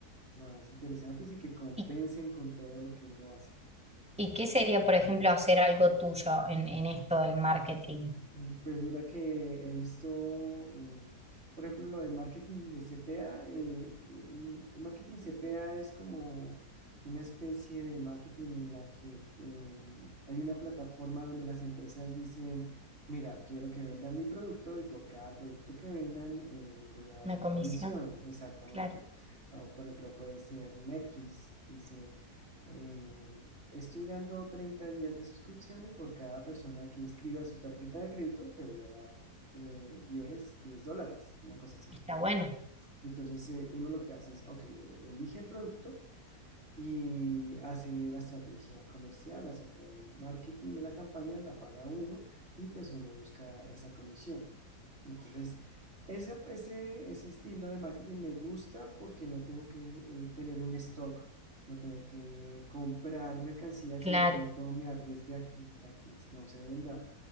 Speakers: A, on the right; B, in the centre.
A: más interesantes y que compensen
B: ¿Y,
A: con todo lo que uno hace.
B: y qué sería, por ejemplo, hacer algo tuyo en, en esto del marketing?
A: Mm, Pues mira que he visto, eh, por ejemplo, lo del marketing de CPA. eh, mm, el marketing CPA es como una especie de marketing en la que eh, hay una plataforma donde las empresas dicen, mira, quiero que vendan mi producto y por cada producto que vendan eh, voy a dar
B: Una
A: una
B: comisión.
A: comisión, exactamente.
B: Claro.
A: O, por ejemplo, puede ser Netflix, dice... eh, Estoy dando 30 días de suscripción y por cada persona que inscriba su tarjeta de crédito te voy a dar eh, 10 10 dólares, una cosa así.
B: Está bueno.
A: Entonces eh, uno lo que hace es, ok, eh, elige el producto y hace la estrategia comercial, hace todo el marketing de la campaña, la paga uno y pues uno busca esa comisión. Entonces, ese, ese, ese estilo de marketing me gusta porque no tengo que eh, tener un stock, no tengo que comprar mercancía que
B: Claro,
A: de pronto me arriesgue a que, a que no se venda